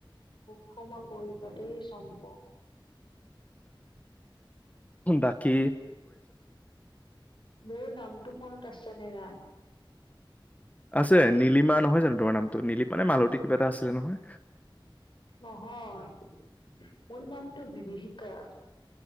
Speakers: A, on the left; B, on the left.
A: ক্ষমা কৰিবা দেই চম্পক।
B: বাকি।
A: মোৰ নামটো মনত আছে নে নাই?
B: আছে নীলিমা নহয় জানো তোমাৰ নামটো? নীলিমা নে মালতী কিবা এটা আছিলে নহয়?
A: নহয় মোৰ নামটো বিভীষিকা